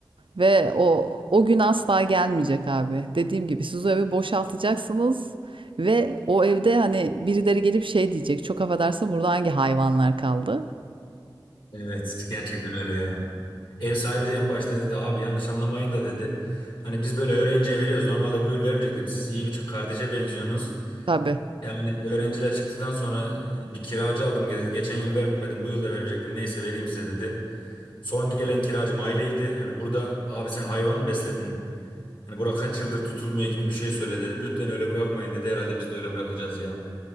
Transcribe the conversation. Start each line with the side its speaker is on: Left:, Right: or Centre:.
Right: Ve o o gün asla gelmeyecek abi. Dediğim gibi siz o evi boşaltacaksınız ve o evde hani birileri gelip şey diyecek. Çok affedersin burada hangi hayvanlar kaldı?
Left: Evet gerçekten öyle ya. Ev sahibi de en başta dedi abi yanlış anlamayın da dedi. Hani biz böyle öğrenciye veriyoruz. Normalde bu yıl vermeyecektim. Siz iyi bir ç- kardeşe benziyorsunuz.
Right: Tabii.
Left: Yani öğrenciler çıktıktan sonra e, bir kiracı aldım dedi. Geçen yıl vermedim bu yıl da vermeyecektim. Neyse vereyim size dedi. Son gelen kiracım aileydi. Hani burada abi sen hayvan mı besledin? Hani bura kaç yıldır tutulmuyor gibi bir şey söyledi dedi. Lütfen öyle bırakmayın dedi. Herhalde biz de öyle bırakacağız ya.